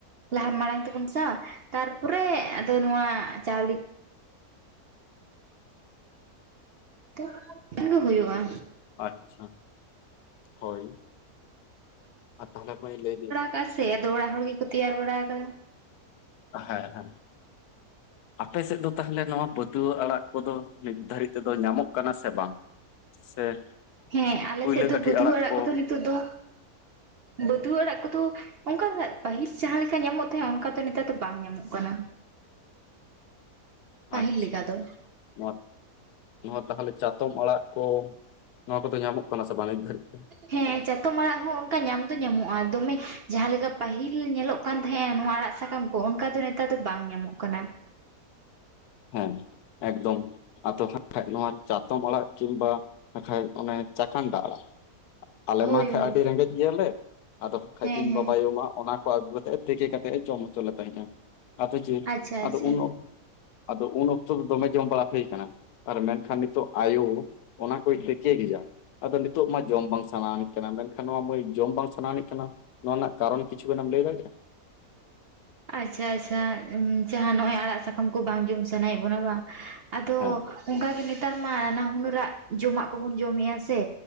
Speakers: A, on the right; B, on the left.
A: ᱞᱟᱦᱟ ᱢᱟᱲᱟᱝ ᱛᱮᱵᱚᱱ ᱢᱮᱥᱟᱣᱟ ᱛᱟᱨᱯᱚᱨᱮ ᱟᱫᱚ ᱱᱚᱣᱟ ᱪᱟᱣᱞᱮ <unintelligible> ᱦᱳᱭᱳᱜᱼᱟ
B: ᱟᱪᱪᱷᱟ ᱦᱳᱭ ᱟ ᱛᱟᱦᱞᱮ ᱢᱟᱹᱭ ᱞᱟᱹᱭ ᱵᱤᱱ
A: ᱚᱠᱟ ᱥᱮ ᱟᱫᱚ ᱚᱲᱟᱜ ᱦᱚᱲ ᱜᱮᱠᱚ ᱛᱮᱭᱟᱨ ᱵᱟᱲᱟ ᱟᱠᱟᱫᱟ
B: ᱦᱮ ᱦᱮ ᱟᱯᱮ ᱥᱮᱫ ᱫᱚ ᱛᱟᱦᱚᱞᱮ ᱱᱚᱣᱟ ᱵᱟᱹᱛᱣᱟᱹ ᱟᱲᱟᱜ ᱠᱚᱫᱚ ᱱᱤᱛ ᱫᱷᱟᱹᱨᱤᱡ ᱛᱮᱫᱚ ᱧᱟᱢᱚᱜ ᱠᱟᱱᱟ ᱥᱮ ᱵᱟᱝ ᱥᱮ
A: ᱦᱮ ᱟᱞᱮ
B: ᱠᱩᱭᱞᱟᱹ
A: ᱥᱮᱫ ᱫᱚ
B: ᱠᱟᱹᱴᱷᱤ
A: ᱵᱟᱹᱛᱣᱟᱹ ᱟᱲᱟᱜ
B: ᱠᱚ
A: ᱠᱚᱫᱚ ᱱᱤᱛᱚᱜ ᱫᱚ ᱵᱟᱹᱛᱣᱟᱹ ᱟᱲᱟᱜ ᱠᱚᱫᱚ ᱚᱝᱠᱟ ᱫᱟ ᱯᱟᱹᱦᱤᱞ ᱡᱟᱦᱟ ᱞᱮᱠᱟ ᱧᱟᱢᱚᱜ ᱛᱟᱦᱮᱸᱫ ᱚᱝᱠᱟ ᱫᱚ ᱱᱮᱛᱟᱨ ᱫᱚ ᱵᱟᱝ ᱧᱟᱢᱚᱜ ᱠᱟᱱᱟ᱾ ᱯᱟᱹᱦᱤᱞ
B: ᱟᱪᱪᱷᱟ
A: ᱞᱮᱠᱟ
B: <inaudible>
A: ᱫᱚ
B: ᱱᱚᱣᱟ ᱛᱟᱦᱟᱞᱮ ᱪᱟᱛᱚᱢ ᱟᱲᱟᱜ ᱠᱚ ᱱᱚᱣᱟ ᱠᱚᱫᱚ ᱧᱟᱢᱚᱜ ᱠᱟᱱᱟ ᱥᱮ ᱵᱟᱝ ᱱᱤᱛ ᱫᱷᱟᱹᱨᱤᱡ ᱛᱮ?
A: ᱦᱮ ᱪᱟᱛᱚᱢ ᱟᱨᱲᱟᱜ ᱦᱚ ᱚᱱᱠᱟ ᱧᱟᱢ ᱫᱚ ᱧᱟᱢᱚᱜᱼᱟ ᱫᱚᱢᱮ ᱡᱟᱦᱟ ᱞᱮᱠᱟ ᱯᱟᱹᱦᱤᱞ ᱧᱮᱞᱚᱜ ᱠᱟᱱ ᱛᱟᱦᱮᱜ-ᱟ ᱱᱚᱣᱟ ᱟᱲᱟᱜ ᱥᱟᱠᱟᱢ ᱠᱚ ᱚᱱᱠᱟ ᱫᱚ ᱱᱮᱛᱟᱨ ᱫᱚ ᱵᱟᱝ ᱧᱟᱢᱚᱜ ᱠᱟᱱᱟ᱾
B: ᱦᱮ ᱮᱠᱫᱚᱢ᱾ ᱟᱫᱚ ᱦᱟᱹᱜ ᱠᱷᱟᱡ ᱱᱚᱣᱟ ᱪᱟᱛᱚᱢ ᱟᱲᱟᱜ ᱠᱤᱢᱵᱟ ᱱᱟᱠᱷᱟᱡ ᱚᱱᱮ ᱪᱟᱠᱟᱱᱰᱟ ᱟᱲᱟᱜ ᱟᱞᱮ
A: ᱦᱳᱭ
B: ᱢᱟ ᱦᱟᱠᱷᱟᱡ
A: ᱦᱳᱭ
B: ᱟᱹᱰᱤ ᱨᱮᱜᱮᱡ ᱜᱮᱭᱟᱞᱮ ᱟᱫᱚ ᱦᱟᱠᱷᱟᱱᱡ
A: ᱦᱮᱸ
B: ᱤᱧ
A: ᱦᱮᱸ
B: ᱵᱟᱵᱟᱭᱳ ᱢᱟ ᱚᱱᱟ ᱠᱚ ᱟᱹᱜᱩ ᱠᱟᱛᱮᱜ ᱛᱮᱠᱮ ᱠᱟᱛᱮ ᱮ ᱡᱚᱢ ᱦᱚᱪᱚ ᱞᱮᱫ ᱛᱟᱦᱮᱜ-ᱟ ᱟᱫᱚ ᱪᱮᱜ
A: ᱟᱪᱪᱷᱟ
B: ᱟᱫᱚ
A: ᱟᱪᱪᱷᱟ
B: ᱩᱱ ᱚᱠ ᱟᱫᱚ ᱩᱱ ᱚᱠᱛᱚ ᱫᱚ ᱫᱚᱢᱮ ᱡᱚᱢ ᱵᱟᱲᱟ ᱦᱩᱭ ᱠᱟᱱᱟ᱾ ᱟᱨ ᱢᱮᱱᱠᱷᱟᱱ ᱱᱤᱛᱚᱜ ᱟᱭᱳ ᱚᱱᱟ ᱠᱚᱭ ᱛᱮᱠᱮ ᱜᱮᱭᱟ᱾ ᱟᱫᱚ ᱱᱤᱛᱚᱜ ᱢᱟ ᱡᱚᱢ ᱵᱟᱝ ᱥᱟᱱᱟ ᱟᱱᱤᱡ ᱠᱟᱱᱟ ᱢᱮᱱᱠᱷᱟᱱ ᱱᱚᱣᱟ ᱢᱟᱹᱭ ᱡᱚᱢ ᱵᱟᱝ ᱥᱟᱱᱟᱶᱟᱱᱤᱡ ᱠᱟᱱᱟ᱾ ᱱᱚᱣᱟ ᱨᱮᱱᱟᱜ ᱠᱟᱨᱚᱱ ᱠᱤᱪᱷᱩ ᱜᱟᱱᱮᱢ ᱞᱟᱹᱭ ᱫᱟᱲᱮᱭᱟᱜ-ᱟ᱾
A: ᱟᱪᱪᱷᱟ ᱟᱪᱪᱷᱟ ᱡᱟᱦᱟ ᱱᱚᱜ-ᱚᱭ ᱟᱲᱟᱜ ᱥᱟᱠᱟᱢ ᱠᱚ ᱵᱟᱝ ᱡᱚᱢ ᱥᱟᱱᱟᱭᱮᱜ ᱵᱚᱱᱟ ᱵᱟᱝ᱾ ᱟᱫᱚ
B: ᱦᱮᱸ
A: ᱚᱝᱠᱟ ᱜᱮ ᱱᱮᱛᱟᱨ ᱢᱟ ᱱᱟᱱᱟ ᱦᱩᱱᱟᱹᱨᱟᱜ ᱡᱚᱢᱟᱜ ᱠᱚᱵᱚᱱ ᱡᱚᱢᱮᱜ-ᱟ ᱥᱮ